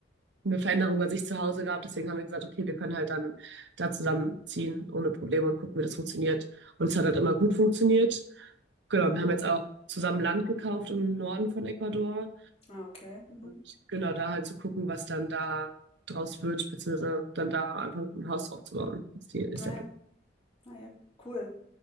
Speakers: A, on the right; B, on the left.
A: eine Veränderung bei sich zu Hause gab. Deswegen haben wir gesagt, okay, wir können halt dann da zusammenziehen ohne Probleme und gucken, wie das funktioniert. Und es hat halt immer gut funktioniert. Genau,
B: mhm.
A: wir haben jetzt auch zusammen Land gekauft im Norden von Ecuador.
B: Ah, okay. Mhm.
A: Und genau da halt zu gucken, was dann da draus wird, beziehungsweise dann da einfach ein Haus aufzubauen, ist, die, ist
B: Naja,
A: der
B: naja, cool.